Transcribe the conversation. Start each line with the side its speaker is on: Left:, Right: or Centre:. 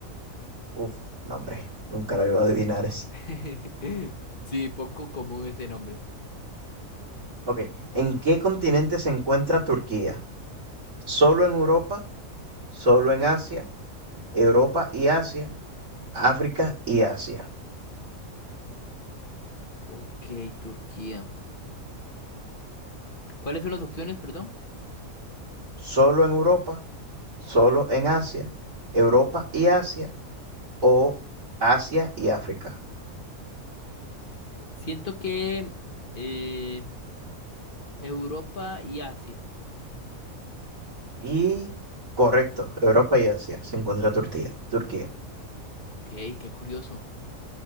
Right: Uf, no, hombre, nunca la iba a adivinar esa.
Left: <laughs> Sí, poco común ese nombre.
Right: Okey, ¿en qué continente se encuentra Turquía? ¿Solo en Europa, solo en Asia, Europa y Asia, África y Asia?
Left: Ok, Turquía. ¿Cuáles son las opciones, perdón?
Right: solo en Europa, solo en Asia, Europa y Asia o Asia y África.
Left: Siento que eh, Europa y Asia.
Right: Y correcto, Europa y Asia se encuentra Turquía. Turquía.
Left: Ok, qué curioso.